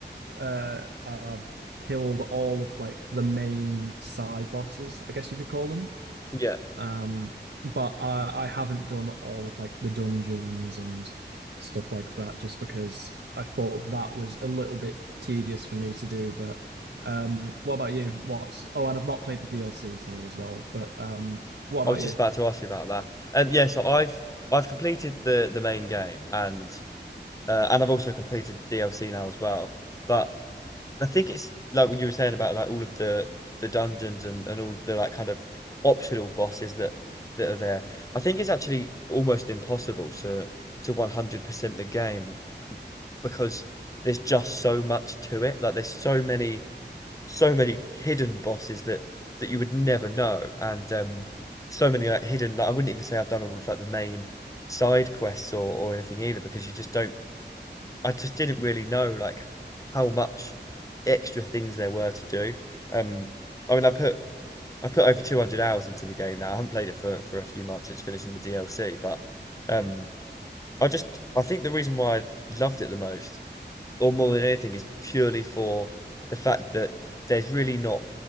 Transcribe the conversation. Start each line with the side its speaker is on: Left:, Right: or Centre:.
Right: uh I've killed all of like the main side bosses, I guess you could call them.
Left: Yeah,
Right: Um, but I I haven't done all of like the dungeons and stuff like that just because I thought that was a little bit tedious for me to do. But um, what about you? What's oh, and I've not played the DLC, sorry as well. But um, what about
Left: I was
Right: you?
Left: just about to ask you about that. Um, yeah, so I've I've completed the the main game, and uh, and I've also completed DLC now as well. But I think it's like what you were saying about like all of the the dungeons and and all of the like kind of optional bosses that that are there. I think it's actually almost impossible to to 100% the game because there's just so much to it. Like there's so many so many hidden bosses that that you would never know, and um, so many like hidden. Like I wouldn't even say I've done all of like the main side quests or or anything either, because you just don't. I just didn't really know like how much extra things there were to do. Um, I mean, I put I put over 200 hours into the game now. I haven't played it for for a few months since finishing the DLC, but um, I just I think the reason why I loved it the most, or more than anything, is purely for the fact that there's really not